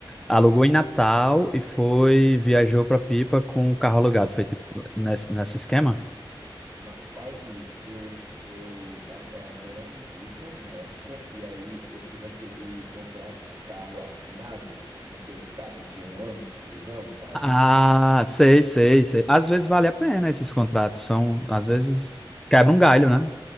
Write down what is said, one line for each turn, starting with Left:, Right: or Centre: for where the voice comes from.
Centre: alugou em Natal e foi, viajou pra Pipa com o carro alugado? Foi tipo nesse, nesse esquema?
Right: Ma- quase isso. Eu, eu tava morando em Pipa na época, e aí eu fiz aquele contrato de carro assinado, assinatura de carro de um ano, dois anos, sabe?
Centre: Ah, sei, sei, sei. Às vezes vale a pena esses contratos, são, às vezes quebra um galho, né?